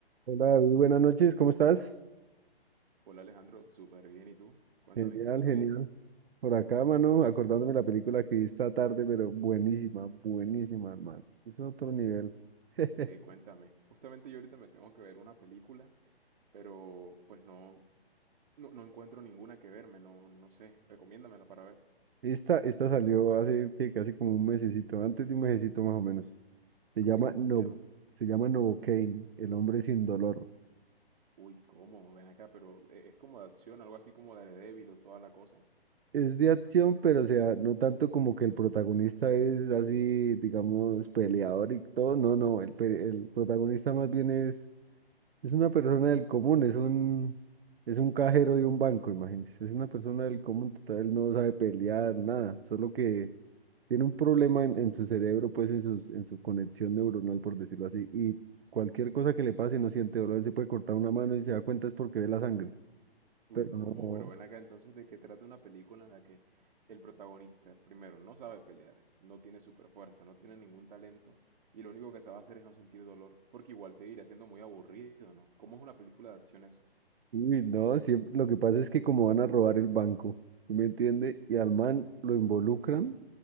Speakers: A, on the right; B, on the right.
A: Hola David, buenas noches, ¿cómo estás?
B: Hola Alejandro, súper bien. ¿Y tú? Cuéntame,
A: Genial,
B: ¿qué es de tu
A: genial.
B: vida?
A: Por acá, mano, acordándome de la película que vi esta tarde, pero buenísima, buenísima, hermano. Es otro nivel. <laughs>
B: Ve, cuéntame. Justamente yo ahorita me tengo que ver una película, pero pues no, no, no encuentro ninguna que verme, no, no sé. Recomiéndamela para ver.
A: Esta, esta salió hace que casi como un mesecito, antes de un mesecito más o menos. Se
B: ¿Cómo
A: llama
B: se
A: No,
B: llama?
A: se llama Novocaine, El hombre sin dolor.
B: Uy, ¿cómo? Ven acá, pero e- es como de acción, algo así como Daredevil o toda la cosa.
A: Es de acción, pero o sea, no tanto como que el protagonista es así, digamos, peleador y todo. No, no, el, pe- el protagonista más bien es Es una persona del común, es un, es un cajero de un banco, imagínense. Es una persona del común total, él no sabe pelear, nada, solo que tiene un problema en, en su cerebro, pues en sus, en su conexión neuronal, por decirlo así, y cualquier cosa que le pase no siente dolor, él se puede cortar una mano y se da cuenta es porque ve la sangre,
B: Uy,
A: pero
B: ¿cómo?
A: no,
B: Pero ven acá entonces de qué trata una película en la que el protagonista, primero, no sabe pelear, no tiene super fuerza, no tiene ningún talento y lo único que sabe hacer es no sentir dolor, porque igual seguirá siendo muy aburrido, ¿no? ¿Cómo es una película de acción eso?
A: uy, no, siem- lo que pasa es que como van a robar el banco, ¿sí me entiende? Y al man lo involucran.